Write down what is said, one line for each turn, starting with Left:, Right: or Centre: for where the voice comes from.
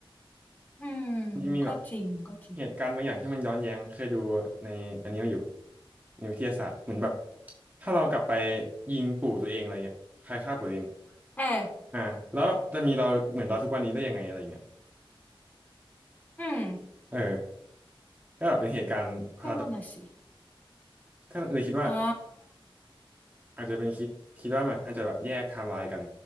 Left: อืม
Right: มันจะมีแบบ
Left: ก็จริงก็จริง
Right: เหตุการณ์บางอย่างที่มันย้อนแย้งเคยดูในอันนี้มาอยู่ในวิทยาศาสตร์เหมือนแบบถ้าเรากลับไปยิงปู่ตัวเองอะไรเงี้ยใครฆ่าปู่ตัวเอง
Left: เออ
Right: อ่าแล้วจะมีเราเหมือนเราทุกวันนี้ได้ยังไงอะไรเงี้ย
Left: อืม
Right: เออก็แบบเป็นเหตุการณ์พาราดอก
Left: ก็นั่นน่ะสิ
Right: ก็เลยคิดว่า
Left: อ๋อ
Right: อาจจะเป็นคิดคิดว่ามันอาจจะแบบแยกไทม์ไลน์กัน